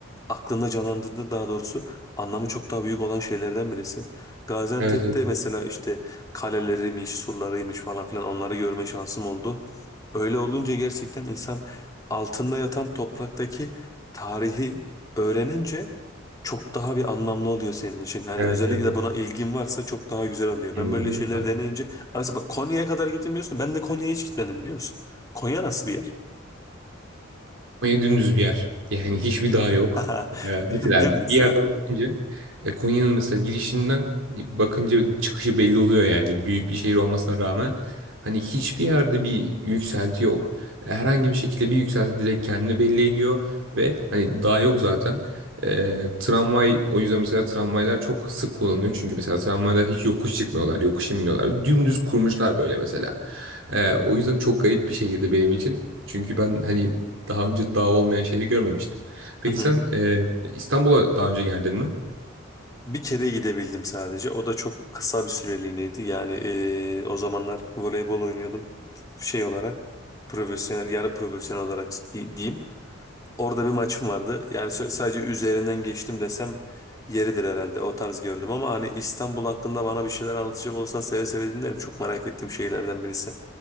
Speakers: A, on the left; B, on the right.
A: aklında canlandığında daha doğrusu anlamı çok daha büyük olan şeylerden birisi. Gaziantep'te
B: Evet evet.
A: mesela işte kaleleriymiş, surlarıymış falan filan onları görme şansım oldu. Öyle olunca gerçekten insan altında yatan topraktaki tarihi öğrenince çok daha bir anlamlı oluyor senin için. Hani
B: Evet
A: özellikle
B: evet.
A: buna ilgin varsa çok daha güzel oluyor.
B: Hı
A: Ben
B: hı.
A: böyle şeyleri deneyince Abi mesela bak Konya'ya kadar gittim diyorsun. Ben de Konya'ya hiç gitmedim biliyor musun? Konya nasıl bir yer?
B: Konya dümdüz bir yer. Yani hiçbir dağ yok.
A: <laughs>
B: Ee, mesela
A: Dümdüz
B: bir
A: sadece.
B: yerden bakınca e, Konya'nın mesela girişinden bakınca çıkışı belli oluyor yani. Büyük bir şehir olmasına rağmen hani hiçbir yerde bir yükselti yok. E, Herhangi bir şekilde bir yükselti direkt kendini belli ediyor ve hani dağ yok zaten. Ee, tramvay o yüzden mesela tramvaylar çok sık kullanılıyor. Çünkü mesela tramvaylar hiç yokuş çıkmıyorlar, yokuş inmiyorlar. Dümdüz kurmuşlar böyle mesela. Ee, o yüzden çok garip bir şehirdi benim için. Çünkü ben hani daha önce dağ olmayan şehri görmemiştim. Peki
A: Hı hı.
B: sen e, İstanbul'a daha önce geldin mi?
A: Bir kere gidebildim sadece. O da çok kısa bir süreliğineydi. Yani eee, o zamanlar voleybol oynuyordum. Şey olarak profesyonel, yarı profesyonel olarak di- diyeyim. Orada bir maçım vardı. Yani s- sadece üzerinden geçtim desem yeridir herhalde. O tarz gördüm ama hani İstanbul hakkında bana bir şeyler anlatacak olsan seve seve dinlerim. Çok merak ettiğim şeylerden birisi.